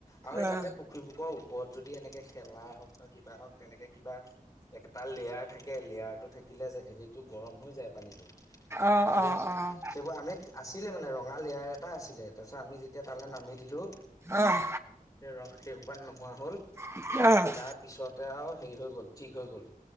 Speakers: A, on the left (about 25°); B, on the right (about 15°).
A: আৰু এই
B: অ',
A: তাতে পুখু পুখুৰী <unintelligible> ওপৰত যদি এনেকে শেলাই হওঁক বা কিবা হওঁক, তেনেকে কিবা এক তাৰ লেয়াৰ থাকে লেয়াৰটো থাকিলে যে সেইটো গৰম হৈ যায় পানীটো
B: অ',
A: কিন্তু।
B: অ', অ',
A: সেইবোৰ আমিত আছিলে মানে ৰঙা লেয়াৰ এটা আছিলে। তাৰপিছত আমি যেতিয়া তালৈ নামি দিলোঁ
B: অ',
A: সেই ৰ সেই সোপা নোহোৱা হ'ল।
B: <unintelligible>
A: তাৰপিছতে আৰু হেৰি হৈ গ'ল, ঠিক হৈ গ'ল।